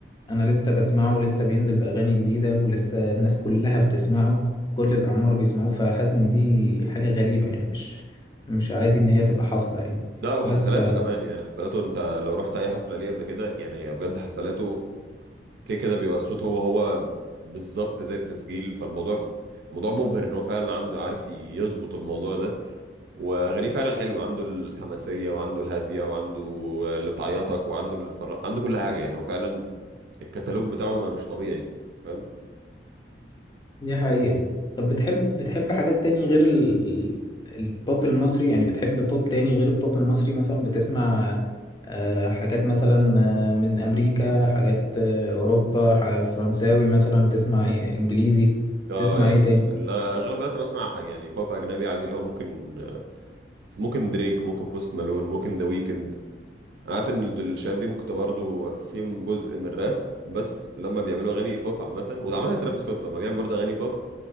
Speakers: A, on the left; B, on the right.
A: انا لسه بسمعه ولسه بينزل باغاني جديده ولسه الناس كلها بتسمعه كل الاعمار بيسمعوه فحاسس ان دي حاجه غريبه يعني مش مش عادي ان هي تبقى حاصله يعني
B: لا وحفلاته
A: بس ف
B: كمان يعني حفلاته أنت لو رحت أي حفلة ليه قبل كده يعني هي بجد حفلاته كده كده بيبقى الصوت هو هو بالظبط زي التسجيل فالموضوع موضوع مبهر ان هو فعلا عنده عارف يظبط الموضوع ده واغانيه فعلا حلوه عنده الحماسيه وعنده الهاديه وعنده اللي تعيطك وعنده اللي تفرق عنده كل حاجه يعني هو فعلا الكتالوج بتاعه مش طبيعي فاهم
A: دي حقيقة طب بتحب بتحب حاجات تاني غير ال... ال- البوب المصري يعني بتحب بوب تاني غير البوب المصري مثلا بتسمع آه، حاجات مثلا آه، من أمريكا حاجات آه، أوروبا ح- فرنساوي مثلا بتسمع إيه؟ إنجليزي
B: اه
A: بتسمع
B: يعني
A: إيه تاني
B: ال- اغلب الوقت بسمع حاجه يعني بوب اجنبي عادي اللي هو ممكن ممكن دريك ممكن بوست مالون ممكن ذا ويكند انا عارف ان ال- الشباب دي ممكن تبقى برضه فيهم جزء من الراب بس لما بيعملوا اغاني بوب عامه وعامه ترافيس سكوت لما بيعمل برضه اغاني بوب